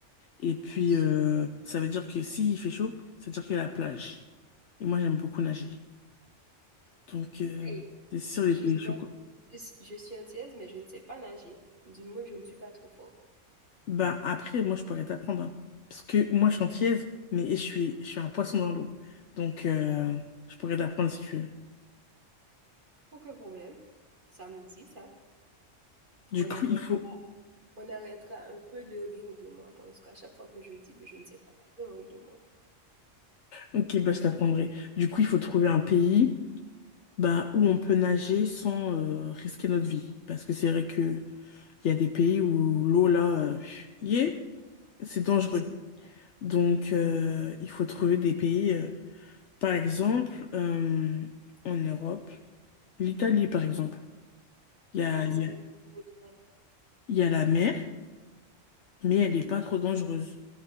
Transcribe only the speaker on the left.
Et puis,
euh, ça veut dire que s'il fait chaud, ça veut dire qu'il y a la plage. Et moi, j'aime beaucoup nager. Donc, euh,
c'est sur
les pays
chauds,
quoi.
Bah, après, moi, je pourrais t'apprendre. hein. Parce que moi, je suis antillaise, mais je suis, je suis un poisson dans l'eau. Donc, euh, je pourrais t'apprendre si tu veux.
Du
coup,
il faut...
Ok, bah, je t'apprendrai. Du coup, il faut trouver un pays bah, où on peut nager sans euh, risquer notre vie. Parce que c'est vrai que il y a des pays où l'eau, là, euh, yeah, c'est
dangereux.
Donc, euh, il faut trouver des pays, euh, par exemple, euh, en Europe, l'Italie, par exemple. Il y a,
il
y a,
il y a la mer, mais
elle n'est pas trop dangereuse.